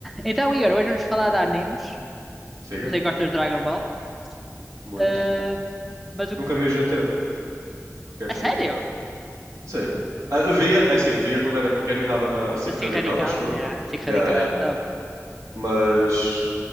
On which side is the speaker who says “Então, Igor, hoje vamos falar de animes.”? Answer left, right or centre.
Centre